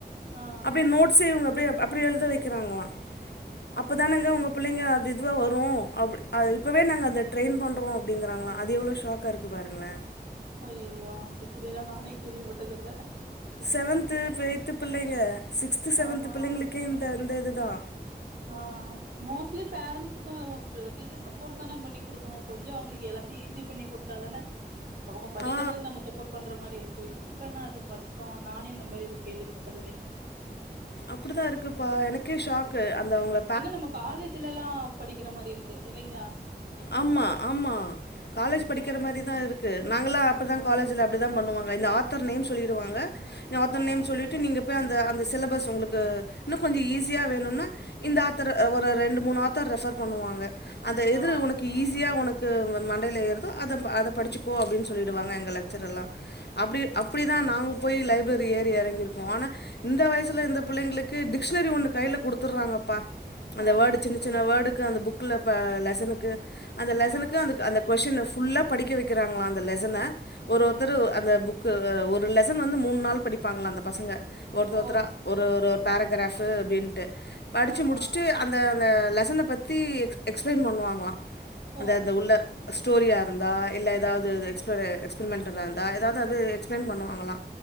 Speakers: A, on the right; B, on the left.
A: ஆ
B: அப்டி நோட்ஸ் இவுங்க அப்பயே அப்புடி எழுத வைக்குறாங்களா அப்ப தானங்க உங்க புள்ளைங்க அது இதுவா வரும் அப்டி அத இப்பவே நாங்க அந்த ட்ரெய்ன் பண்றோ அப்டிங்குறாங்களா அது எவ்ளோ ஷாக்காருக்கு பாருங்ளே
A: ஐயயோ இப்படியெல்லா நானே கேள்விப்பட்டது இல்ல
B: செவன்த்து எய்ட்த்து பிள்ளைங்க சிக்ஸ்த்து செவன்த்து
A: ஆஹா
B: பிள்ளைங்களுக்கே இந்த இந்த இது தா
A: ஆ மோஸ்ட்லி பேரண்ட்ஸ்க்கோ ஃபஸ்ட்டு டீச்சர் சப்போர்ட் தான பண்ணி குடுக்கணு கொஞ்ச அவுங்ளுக்கு எல்லாத்தியு ஈஸி பண்ணி குடுத்தா தான அவுங்க படிக்கிறதுக்கு
B: ஆ
A: நம்ம சப்போர்ட் பண்ற மாரி இருக்கு இப்புடி பண்ணா அது கஷ்டோ நானே இந்த மாரி எத கேள்வி தொட்டது இல்லிங்க
B: அப்படி தா இருக்குப்பா எனக்கே ஷாக்கு அந்த அவுங்கள
A: என்ன நம்ம காலேஜ்லல்லா படிக்கிற மாரி இருக்கு இல்லிங்ளா
B: ஆமா ஆமா காலேஜ் படிக்கிற மாரிதா இருக்கு நாங்களா அப்படிதா
A: ஆ
B: காலேஜ்ல அப்படிதா பண்ணுவாங்க இந்த ஆத்தர் நேம் சொல்லிடுவாங்க இந்த ஆத்தர்
A: ஆ
B: நேம் சொல்லி ட்டு நீங்க பேய் அந்த அந்த சிலபஸ் உங்களுக்கு இன்னூ கொஞ்சொ ஈஸியா வேணும்னா இந்த ஆத்தர் ஒரு ரெண்டு மூணு ஆத்தர் ரெஃபர் பண்ணுவாங்க அது எது
A: ஆ
B: உனக்கு ஈஸியா உனக் க்கு மண்டையில ஏறுதே அத ‌அத படிச்சிக்கோ அப்படின்னு சொல்லிடுவாங்க எங்க லெக்சர்ல்லா அப்டி அப் இப்படி தா நாங்க போய் லைப்ரரி ஏறி எறங்கியிருக்கோ ஆனா இந்த வயசுல இந்த பிள்ளைங்களுக்கு டிக்ஷனரி ஒன்னு கையில குடுத்துறாங்கப்பா அந்த
A: ஆ
B: வேர்டு சின்ன சின்ன வேர்டுக்கு அந்த புக்ல பெ லெசனுக்கு அந்த லெசனுக்கு
A: ஆ
B: அந்த அந்த கொஸ்டீன்ன ஃபுல்லா படிக்க வைக்கிறாங்களா அந்த லெசனெ ஒரு ஒருத்தரு
A: ஆ
B: அந்த புக் க்கு ஒரு லெசன வந்து மூணு நாள் படிப்பாங்கள அந்த பசங்க ஒருத்த ஒருத்தர்
A: ஓ
B: ஒரு ஒரு பேரகிராப்
A: ஆ
B: அப்படின்ட்டு படிச்சி
A: ஆஹா
B: முடிச்சிட்டு அந் அந்த அந்த லெசன பத்தி எக்ஸ்பிளைன் பண்ணுவாங்களா அந்த
A: ஓ
B: அந்த உள்ள ஸ்டோரியா இருந்தா இல்ல ஏதாவது எக்ஸ்ப எக்ஸ்பெரிமெண்டா இருந்தா ஏதாவது அது எக்ஸ்பளைன் பண்ணுவாங்களலா